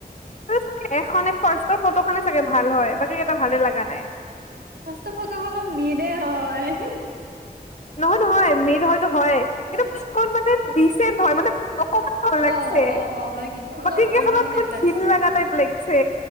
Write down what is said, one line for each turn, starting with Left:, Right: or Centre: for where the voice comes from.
Left: ত এখন তোৰ ফটো খনে চাগে ভাল হয় বাকী কেইটা ভালে লগা নাই।
Right: সচ কতখনো মিলে হয় <unintelligible>
Left: নহয় নহয় মেদ হয়তো হয় কিন্তু মানে অকণ মানে ডিচেণ্ট হয় মানে অকমান ভাল
Right: অ
Left: লাগছে
Right: অ অ হয় কিন্তু অলপ
Left: বাকী
Right: ফৰ্মেল
Left: কেইখনত
Right: টাইপ
Left: ক
Right: লাগছে
Left: খিন লগা টাইপ লাগিছে।